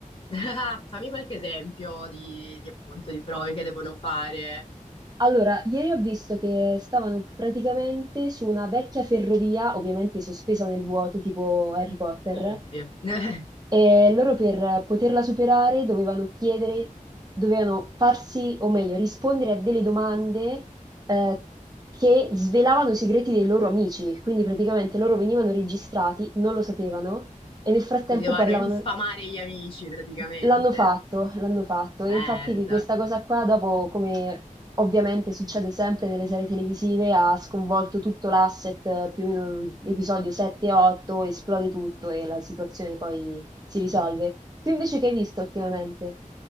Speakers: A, on the left (about 40°); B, on the right (about 30°).
A: <laughs> fammi qualche esempio di, di, appunto di prove che devono fare.
B: Allora, ieri ho visto che stavano praticamente su una vecchia ferrovia, ovviamente sospesa nel vuoto, tipo Harry Potter,
A: Ovvio. <laughs>
B: e loro per poterla superare dovevano chiedere, dovevano farsi, o meglio, rispondere a delle domande eh, che svelavano i segreti dei loro amici. Quindi praticamente loro venivano registrati, non lo sapevano, e nel frattempo
A: Quindi vanno
B: parlavano.
A: a infamare gli amici praticamente.
B: L'hanno fatto, l'hanno fatto
A: Merda.
B: e infatti questa cosa qua dopo, come ovviamente succede sempre nelle serie televisive, ha sconvolto tutto l'asset eh, più o meno episodio 7 e 8, esplode tutto e la situazione poi si
A: <laughs>
B: risolve. Tu invece che hai visto ultimamente?